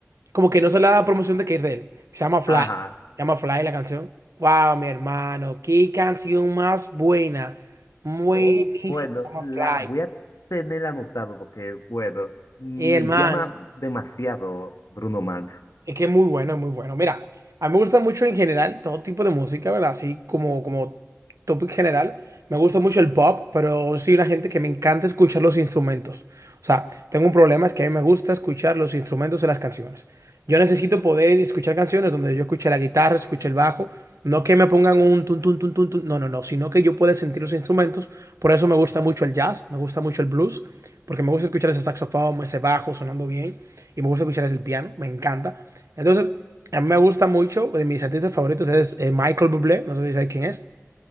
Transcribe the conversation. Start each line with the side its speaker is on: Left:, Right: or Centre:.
Right: Como que no se le da promoción de que es de él. Se llama Fly.
Left: Ajá.
Right: Se llama Fly la canción. Wow, mi hermano. Qué canción más buena. Buenísima.
Left: Oh, bueno,
Right: Se llama
Left: la
Right: Fly.
Left: voy a tener anotado porque, bueno, me
Right: Mi hermano.
Left: llama demasiado Bruno Mars.
Right: Es que es muy bueno, es muy bueno. Mira, a mí me gusta mucho en general todo tipo de música, ¿verdad? Así como, como topic general. Me gusta mucho el pop, pero soy una gente que me encanta escuchar los instrumentos. O sea, tengo un problema, es que a mí me gusta escuchar los instrumentos en las canciones. Yo necesito poder escuchar canciones donde yo escuche la guitarra, escuche el bajo. No que me pongan un tun, tun, tun, tun, tun. No, no, no. Sino que yo pueda sentir los instrumentos. Por eso me gusta mucho el jazz, me gusta mucho el blues, porque me gusta escuchar ese saxofón, ese bajo sonando bien. Y me gusta escuchar ese piano, me encanta. Entonces, a mí me gusta mucho, de mis artistas favoritos es eh, Michael Bublé, no sé si sabes quién es,